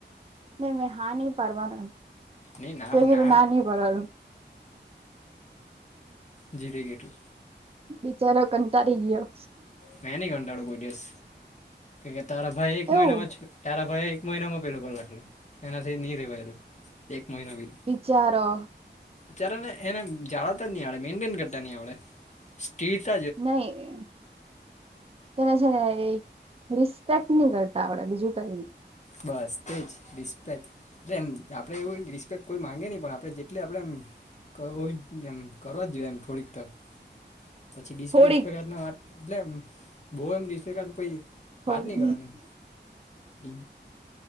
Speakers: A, on the right (about 30°); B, on the left (about 40°).
A: નહી મેં હાની પવાના,
B: નહીં ના
A: જોયું
B: ના
A: તો નાની બરાબ.
B: ધીરે ગેટુ
A: બિચારો કંટાળી ગયો.
B: મે ની કંટાળો કોઈ દિવસ, કે તારા ભાઈ એક
A: એવું
B: મહિનામાં, તારા ભાઈ એ એક મહિનામાં પેલું કર રાખેલું, એનાથી ની રેવાયેલું, એક મહિના બી નહી.
A: બિચારો.
B: ચારેને એને જાળતજ નહી આડે, મેન્ટેન કરતા ની આવડે, સ્કિડ
A: નહી તેને છે ને એ રિસ્પેક્ટ નહી કરતા આવડે, બીજું કઈ નહિ.
B: બસ તે જ રિસ્પેક્ટ. જેમ કે આપડે એવું રિસ્પેક્ટ કોઈ માગે નહીં, પણ આપણે જેટલી આપડે આમ કરો હોય, જેમ કરવાજ જોઈએ, થોડીક તો. પછી ડીશરિફ
A: થોડીક
B: મા વાત એટલે એમ બઉ એમ સે કલ્પે
A: થોડી
B: વાત નહી કરવાની, એમ